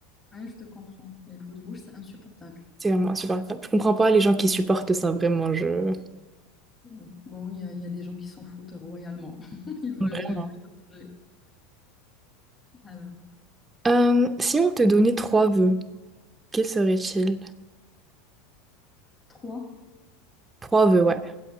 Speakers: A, on the left; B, on the right.
A: Ouais, je te comprends. Les bruits de bouche, c'est insupportable.
B: C'est vraiment insupportable. Je comprends pas les gens qui supportent ça, vraiment. Je...
A: Mm. Bon, il y a, il y a des gens qui s'en foutent royalement. <laughs> Ils veulent
B: Vraiment.
A: juste manger. Alors,
B: Euh, si on te donnait trois vœux, quels seraient-ils?
A: trois.
B: Trois vœux, ouais.